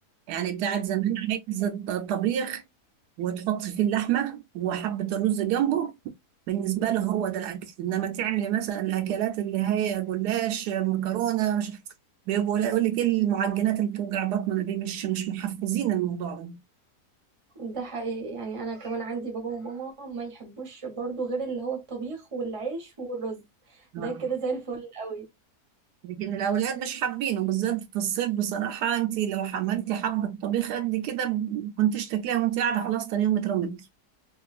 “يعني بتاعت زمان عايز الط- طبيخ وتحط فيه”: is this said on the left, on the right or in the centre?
Right